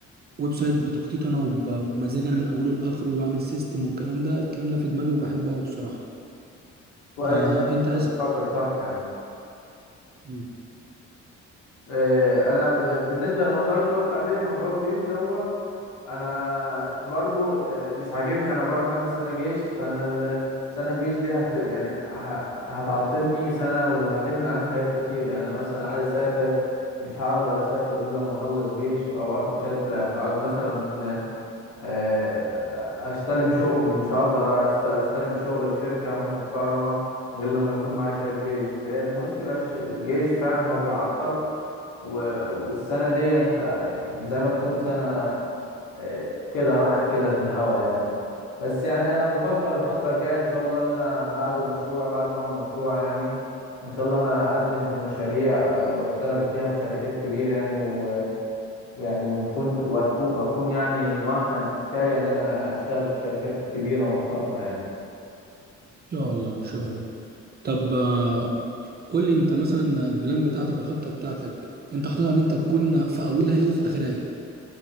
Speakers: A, on the right; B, on the left.
A: ويب سايت بتخطيط أنا وب... وبمزاج أنا من أوله لآخره وأعمل سيستم والكلام ده الكلام ده في دماغي وبحبه أوي بصراحة
B: كويس
A: آه
B: يعني أنت
A: أنت عايز
B: بتفكر صح يعني
A: مم.
B: آه، انا ب- بالنسبه للموضوع اللي انت قلت عليه موضوع الجيش دوت انا برضو آه، مش عاجبني انا برضو عندي سنه جيش فانا ال- سنه الجيش دي هت يعني ه- هتعطلني سنه وهتبني عني حاجات كتير يعني انا مثلا عايز اسافر مش هقدر اسافر غير لما اخلص جيش او اخد شهاده فعاوز مثلا آه، آه، آه، استلم شغل مش هقدر أست- استلم شغل في شركه محترمه غير لما يكون معايا شهاده جيش فهي المشكله الش- الجيش فعلا هو بيعطل و- والسنة دي انت يعني زي ما تكون سنة آه، كده راحت كده في الهوا يعني بس يعني انا بفكر الفترة الجاية ان شاء الله ان انا بعد مشروع بعد ما اعمل مشروع يعني ان شاء الله انا اقدم في مشاريع آه، واشتغل فيها في شركات كبيرة يعني و- ويعني وتكون وتكون واكون يعني مؤهل كفاية ان انا اشتغل في شركات كبيرة ومحترمة يعني
A: إن شاء الله إن شاء الله طب آه، قول لي أنت مثلا البلان بتاعتك الخطة بتاعتك أنت حاططها إن أنت تكون في أولها إيه وفي آخرها إيه